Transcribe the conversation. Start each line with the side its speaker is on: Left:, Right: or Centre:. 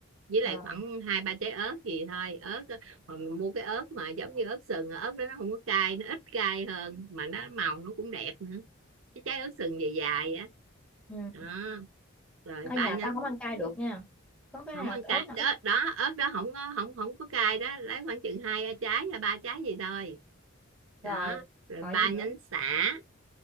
Right: với lại
Centre: rồi.
Right: khoảng hai ba trái ớt gì thôi ớt mà mình mua cái ớt mà giống như ớt sừng ớt đó nó không có cay nó ít cay hơn mà nó màu nó cũng đẹp nữa cái trái ớt sừng dài dài á
Centre: Ừ.
Right: đó. Đó rồi
Centre: Ở
Right: ba
Centre: nhà
Right: nhánh
Centre: tao không ăn cay được nha. Có cái
Right: không
Centre: nào
Right: ăn
Centre: ớt
Right: cay
Centre: nào
Right: đó,
Centre: ít
Right: đó ớt đó không có không không có cay đó lấy khoảng chừng hai trái hay ba trái gì thôi đó
Centre: rồi.
Right: rồi
Centre: Rồi
Right: ba
Centre: gì
Right: nhánh
Centre: nữa?
Right: sả